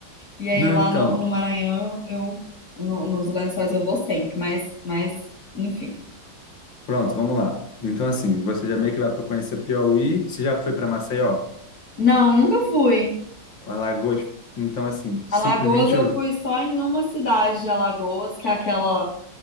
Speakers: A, on the left; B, on the left.
A: E aí
B: Não,
A: lá
B: então...
A: no, no Maranhão eu, eu no- nos Lençóis eu vou sempre, mas, mas enfim.
B: Pronto, vamos lá. Então, assim, você já meio que vai para conhecer Piauí, você já foi para Maceió,
A: Não, nunca fui.
B: Alagoas. Então, assim, simplesmente,
A: Alagoas eu fui só em uma cidade de Alagoas, que é aquela